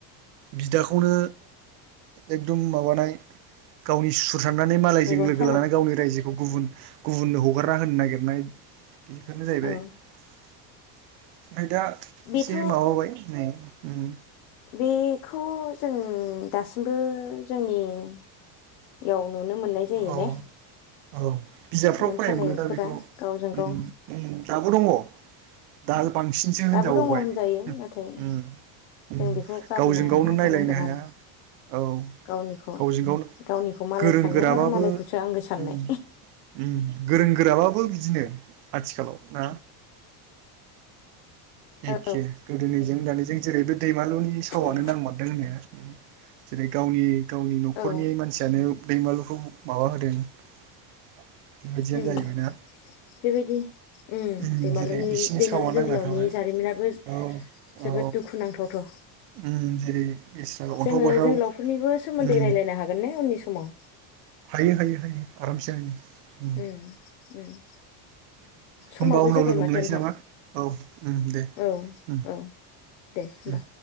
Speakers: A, on the right; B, on the left.
A: बिदाखौनो एदम माबा नानै गावनि सुुथुर सान्नानै मालायजों
B: मेगन
A: लोगो
B: सानाय
A: लानानै गावनि रायजोखौ गुबुन गुबुननो हगारना होनो नागिरनाय बेफोरनो जाहैबाय
B: औ
A: ओमफाय दा
B: बेथ'
A: एसे माबाबाय नै ओ
B: बेखौ जों दासिमबो जोंनियाव नुनो मोननाय जायो
A: औ
B: ने?
A: औ बिजाबफ्राव
B: मेगन
A: फरायनो
B: सानायफोरा
A: मोनो दा बेखौ
B: गावजों
A: उम
B: गाव
A: उम दाबो दङ दा बांसिनसो होनजाबावबाय।
B: दाबो दङ होनजायो
A: ओम।
B: नाथाय
A: ओं
B: जों बेखौ गारनो
A: गावजों गावनो
B: नाजानांगोन
A: नायलायनो हाया।
B: आरो
A: औ
B: गावनिखौ
A: गावजों गाव
B: गावनिखौ मालाय
A: गोरों
B: साननाय
A: गोराबाबो
B: आरो मालायखौसो
A: ओम।
B: आंगो साननाय
A: ओम गोरों गोराबाबो बिदिनो आथिखालाव ना? एखे
B: औ
A: गोदोनिजों दानि जों जेरैबो दैमालुनि सावनो
B: औ
A: नांमारदों होननाया। जेरै गावनि गावनि न'खरनि
B: औ
A: मानसियानो दैमालुखौ माबा होदों बेबायदियानो
B: उम
A: जाहैबाय ना?
B: बेबायदि ओम
A: उम
B: दैमालुनि
A: जेरै बिसिनि
B: दैमालु
A: सावा
B: जोहोलावनि
A: नांना थांबाय
B: जारिमिनाबो
A: औ
B: जोबोद
A: औ
B: दुखुुनांथावथाव
A: उम जेरै बेस्रा अन्थाव
B: जोङो
A: बाथाव
B: जोहोलावफोरनिबो सोमोन्दै
A: उम
B: राय्लायनो हागोन ने उननि समाव
A: हायो हायो हायो आरामसे हायो। उम
B: ओम ओम। समाबो
A: होमबा उनाव
B: जाबाय
A: लोगो
B: माथो
A: मोनलायसै
B: नोंथां
A: नामा औ उम दे
B: औ
A: उम
B: औ। दे होमबा।
A: उम